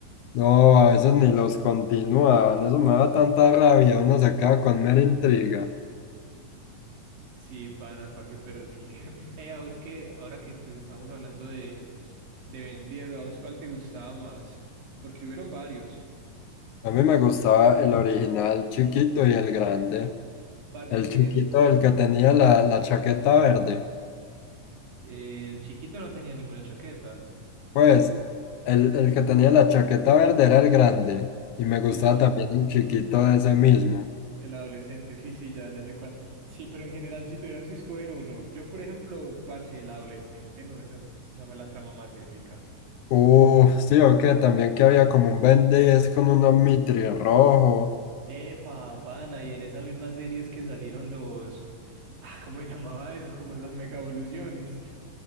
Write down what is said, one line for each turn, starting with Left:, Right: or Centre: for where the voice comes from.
Left: No, a veces ni los continuaban. Eso me da tanta rabia, uno se queda con mera intriga.
Right: Sí, pana, pa' qué, pero sí. <laughs> Eh, a vos que, ahora que pues estamos hablando de, de Ben 10, ¿a vos cuál te gustaba más? Porque hubieron varios.
Left: A mí me gustaba el original chiquito y el grande.
Right: Parce,
Left: El
Right: es que
Left: chiquito, el que tenía la, la chaqueta verde.
Right: El chiquito no tenía ninguna chaqueta.
Left: Pues el, el que tenía la chaqueta verde era el grande y me gustaba
Right: Quizás,
Left: también el chiquito de ese mismo.
Right: el adolescente, sí, sí, ya, ya sé cuál. Sí, pero en general, si tuvieras que escoger uno, yo, por ejemplo, parce, el adolescente, no, esa, es- esa fue la trama más épica.
Left: Uh, sí, o que también que había como un Ben 10 con un Omnitri rojo,
Right: Epa, pana, y en esas mismas series que salieron los... Ah, ¿cómo se llamaba eso? Como las megavoluciones.